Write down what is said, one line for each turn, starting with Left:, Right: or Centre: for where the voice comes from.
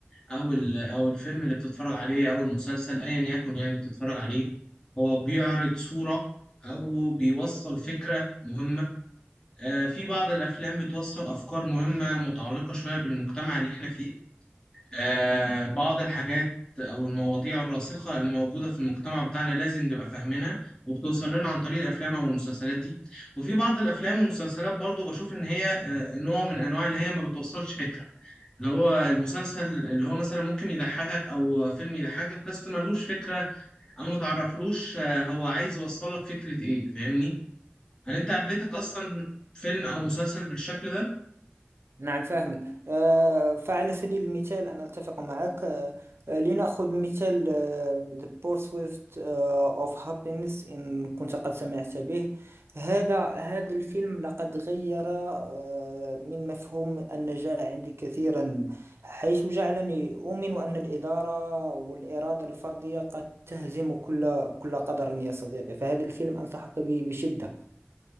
Left: او ال- او الفيلم اللي بتتفرج عليه او المسلسل ايا يكن يعني اللي بتتفرج عليه هو بيعرض صوره او بيوصل فكره مهمه آه في بعض الافلام بتوصل افكار مهمه متعلقه شويه بالمجتمع اللي احنا فيه آه، بعض الحاجات أو المواضيع الراسخة اللي موجودة في المجتمع بتاعنا لازم نبقى فاهمينها وبتوصل لنا عن طريق الأفلام أو المسلسلات دي وفي بعض الأفلام والمسلسلات برضو بشوف إن هي آه، نوع من أنواع اللي هي ما بتوصلش فكرة اللي هو المسلسل اللي هو مثلا ممكن يضحكك أو فيلم يضحكك بس ملهوش فكرة أو متعرفلوش آه، هو عايز يوصلك فكرة إيه فاهمني؟ هل أنت قابلتك أصلا فيلم أو مسلسل بالشكل ده؟
Right: نعم فاهمك آه، فعلى سبيل المثال أنا أتفق معك آه، آه، لنأخذ مثال آه، The Pursuit آه، of Happiness إن كنت قد سمعت به هذا هذا الفيلم لقد غير آه، من مفهوم النجاح عندي كثيرا حيث جعلني أؤمن أن الإدارة والإرادة الفردية قد تهزم كل كل قدر يا صديقي فهذا الفيلم أنصحك به بشدة